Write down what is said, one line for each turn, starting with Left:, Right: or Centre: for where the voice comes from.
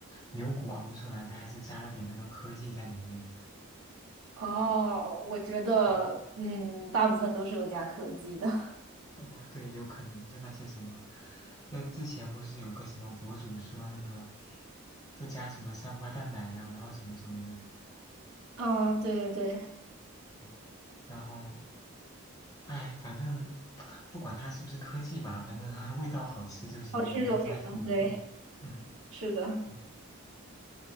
Left: 牛骨熬出来的，还是加了点那个科技在里面。
Right: 哦，我觉得，
Left: 对
Right: 嗯，大部分都是有加科技的。<laughs>
Left: 啊，对，有可能就那些什么，那之前不是有个什么博主说那个，就加什么三花淡奶呀、然后什么什么的，
Right: 啊，对对对，
Left: 对，然后，哎，反正 <tsk> 不管它是不是科技吧，反正 <laughs> 味道好吃就行，
Right: 好吃就行了。
Left: 也没有卖特别贵，
Right: 对，
Left: 嗯，
Right: 是的。
Left: 对，